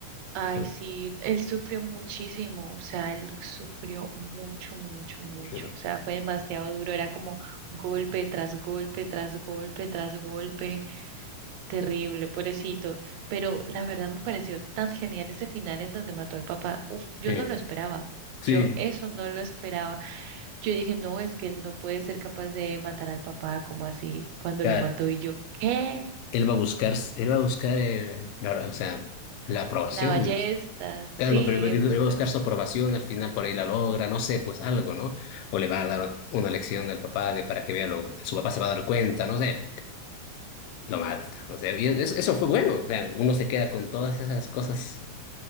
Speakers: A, on the right (about 85°); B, on the left (about 80°).
A: Ay,
B: por-
A: sí, él sufrió muchísimo, o sea, él sufrió mucho, mucho, mucho,
B: eh,
A: o sea, fue demasiado duro, era como golpe tras golpe, tras golpe, tras golpe, terrible, pobrecitos, pero la verdad me pareció tan genial ese final en donde mató al papá, uf, yo
B: eh,
A: no lo esperaba,
B: Sí,
A: yo eso no lo esperaba, yo dije, no, es que él no puede ser capaz de matar al papá, como así, cuando
B: claro,
A: lo mató y yo, ¿qué?
B: él va a buscar, él va a buscar el- la, o sea, la aprobación.
A: La ballesta, sí,
B: Claro, no, pero él
A: él busca,
B: va a buscar su aprobación, al final por ahí la logra, no sé, pues algo, ¿no? O le va a dar una lección al papá de para que vea lo, su papá se va a dar cuenta, no sé, lo mata. O sea, y eso, eso fue bueno, o sea, uno se queda con todas esas cosas